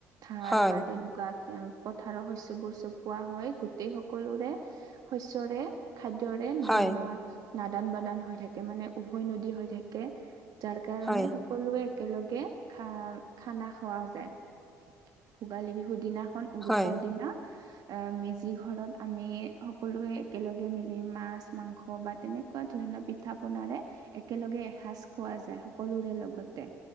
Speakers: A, on the right (about 50°); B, in the centre.
A: ধান
B: হয়
A: বা তেনেকুৱা খেম পথাৰৰ শস্যবোৰ চপোৱা হয়, গোটেই সকলোৰে, শস্যৰে খাদ্যৰে না,
B: হয়
A: নাদান-বাদান হৈ থাকে মানে, উভৈ নদী হৈ থাকে। যাৰ কাৰণে,
B: হয়
A: সকলোৱে একেলগে খা খানা খোৱা যায়। ভোগালী বিহুৰ দিনাখন, উৰুকাৰ
B: হয়
A: দিনা আ, মেজি ঘৰত, আমি সকলোৱে একেলগে মিলি, মাছ, মাংস বা তেনেকুৱা ধৰণৰ পিঠা-পনাৰে, একেলগে এসাঁজ খোৱা যায়, সকলোৰে লগতে